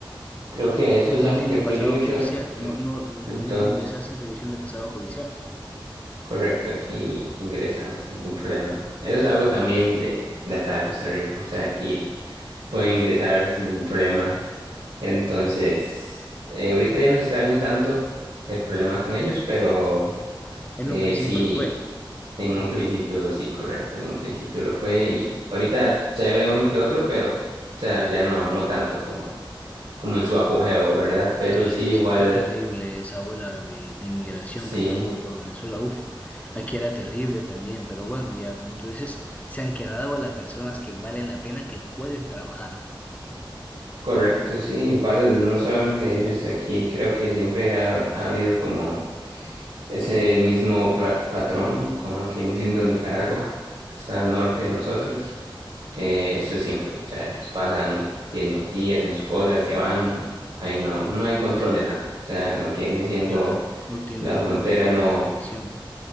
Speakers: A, on the right; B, on the left.
A: Creo que eso es
B: No
A: algo
B: tienen
A: que fluye
B: pasado
A: mucho
B: judicial,
A: en,
B: no, no les
A: en
B: permiten
A: todos.
B: ingresar sin revisión de pasado judicial.
A: Correcto, aquí ingresan sin ningún problema. Eso es algo también de, de acá de Costa Rica, o sea, aquí pueden ingresar sin ningún problema. Entonces, eh, ahorita ya no se está viendo tanto el problema con ellos, pero
B: En
A: eh,
B: un principio
A: sí,
B: lo fue.
A: en un principio sí, correcto, en un principio lo fue y ahorita se ve uno que otro, pero o sea, ya no, no tanto como, como en su apogeo, ¿verdad? Pero
B: Sí,
A: sí, igual,
B: sí, fue terrible esa ola de, de inmigración
A: sí.
B: que tuvo por Venezuela. Uf, aquí era terrible también, pero bueno, ya como tú dices, se han quedado a las personas que valen la pena, que pueden trabajar.
A: Correcto, sí, igual no solamente ellos, aquí creo que siempre ha, ha habido como ese mismo pra- patrón con lo que viene siendo Nicaragua, que está al norte de nosotros. Eh, eso siempre, o sea, ellos pasan, vienen aquí, hacen sus cosas, se van, ahí no, no hay control de nada. O sea, en lo que viene siendo
B: Claro, no tienen
A: la frontera,
B: ningún tipo
A: no,
B: de revisión.